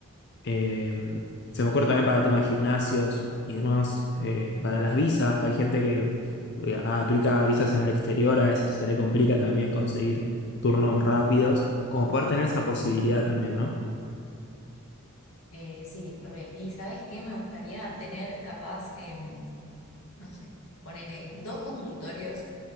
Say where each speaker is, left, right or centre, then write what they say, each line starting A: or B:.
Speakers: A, on the left (about 55°); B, on the left (about 85°).
A: Eh, se me ocurre también para el tema de gimnasios y demás, eh, para las visas, que hay gente que eh, aplica visas en el exterior, a veces se le complica también conseguir turnos rápidos, como poder tener esa posibilidad también, ¿no?
B: Eh, sí, re. ¿Y sabes qué? Me gustaría tener capaz, em, no sé, ponele dos consultorios